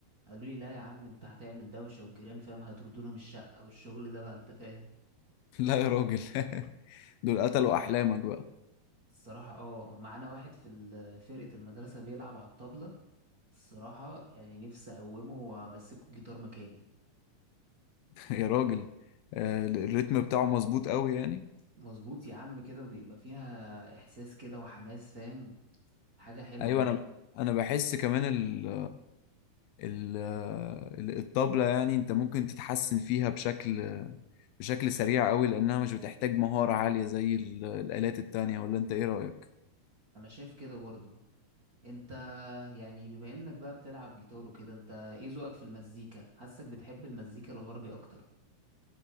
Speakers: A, on the right; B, on the left.
A: قالوا لي لا يا عم انت هتعمل دوشة والجيران فاهم هيطردونا من الشقة والشغل ده بقى انت فاهم
B: <laughs> لا يا راجل <laughs> دول قتلوا احلامك بقى
A: الصراحة اه معانا واحد في ال- فرقة المدرسة بيلعب على الطبلة الصراحة يعني نفسي أقومه وأمسكه الجيتار مكاني
B: <laughs> يا راجل آه، الريتم بتاعه مظبوط قوي يعني
A: مظبوط يا عم كده وبيبقى فيها إحساس كده وحماس فاهم حاجة حلوة
B: ايوه
A: يعني
B: انا انا بحس كمان ال ال الطبلة يعني انت ممكن تتحسن فيها بشكل بشكل سريع قوي لانها مش بتحتاج مهارة عالية زي ال- الآلات التانية ولا انت ايه رأيك؟
A: أنا شايف كده برضو أنت يعني بما إنك بقى بتلعب جيتار وكده أنت إيه ذوقك في المزيكا؟ حاسك بتحب المزيكا الغربي أكتر